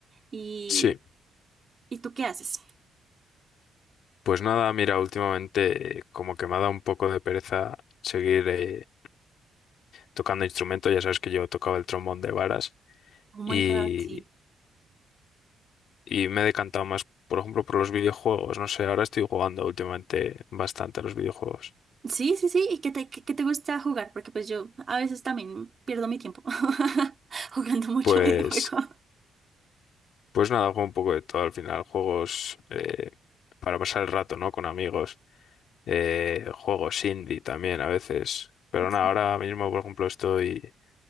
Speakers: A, on the right; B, on the left.
A: ¿Y,
B: sí.
A: ¿y tú qué haces?
B: Pues nada, mira, últimamente eh, como que me ha dado un poco de pereza seguir eh, tocando instrumentos. Ya sabes que yo tocaba el trombón de varas
A: Oh my
B: y,
A: God, sí.
B: y me he decantado más, por ejemplo, por los videojuegos. No sé, ahora estoy jugando últimamente bastante a los videojuegos.
A: Sí, sí, sí. ¿Y qué te, qué qué te gusta jugar? Porque pues yo a veces también pierdo mi tiempo <laughs> jugando mucho
B: Pues,
A: videojuego.
B: pues nada, juego un poco de todo al final. Juegos eh, para pasar el rato, ¿no? Con amigos. eh, juegos indie también a veces. Pero
A: Sí.
B: nada, ahora mismo, por ejemplo, estoy